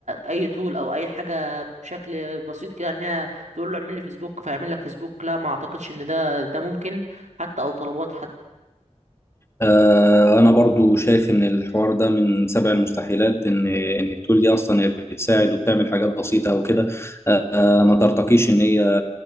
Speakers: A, on the right; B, on the left.
A: اي تول او اي حاجه بشكل بسيط كده ان هي تقول له اعمل لي فيسبوك فيعمل لك فيسبوك لا ما اعتقدش ان ده ده ممكن حتى او طلبات
B: آه، أنا برضو شايف إن الحوار ده من سبع المستحيلات إن إن التول دي أصلا هي بتساعد وبتعمل حاجات بسيطة وكده آه، ما ترتقيش إن هي